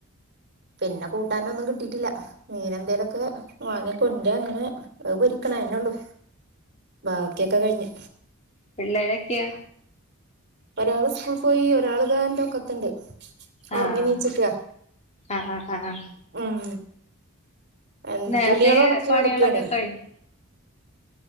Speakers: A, on the right; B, on the left.
A: പിന്നെ കൂട്ടാനൊന്നും കിട്ടീട്ടില്ല മീനെന്തേലൊക്കെ വാങ്ങി കൊണ്ട് അങ്ങനെ അത്‌ പൊരിക്കണം അതെന്നെ ഉള്ളു ബാക്കിയൊക്കെ കഴിഞ്ഞ്
B: പിള്ളേരൊക്കെയോ
A: ഒരാള് സ്കൂൾ പോയി ഒരാൾ ഇതാ ഇന്റെ ഒക്കത്തണ്ട് ഒറങ്ങി
B: ആഹ്
A: നീച്ച്ക്ക
B: ആഹ് ആഹ് ആഹ് ആഹ്
A: ഉം എന്ത്
B: നേരത്തെ
A: തുണ്യാള് ഒണക്കി
B: പണികളൊക്കെ
A: നടക്കാണേ
B: കഴിഞ്ഞു